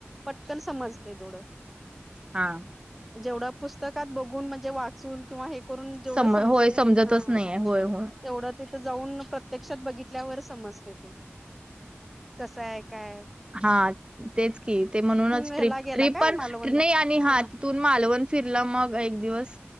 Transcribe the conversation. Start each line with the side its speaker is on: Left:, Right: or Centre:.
Centre: पटकंन समजंते थोडं
Right: हां
Centre: जेवढं पुस्तकांत बघूंन म्हं ते वाचूंन किंवा हे करूंन जेवढं
Right: सम
Centre: समजतं
Right: होय समजतच
Centre: नाहीं हां
Right: नाहीये होय होय
Centre: तेवढं तिथं जाऊन प्रत्यक्षात बघितल्यावर समजले ते. कसं आहे कायं
Right: हां तेचं की ते म्हणूनचं
Centre: ह्याला
Right: ट्रिप
Centre: गेला
Right: ट्रीप
Centre: काय
Right: पणं
Centre: मालवणला
Right: नाहीं
Centre: ह्याला
Right: आणि हां तूंन मालवंण फिरलं मंग एक दिवस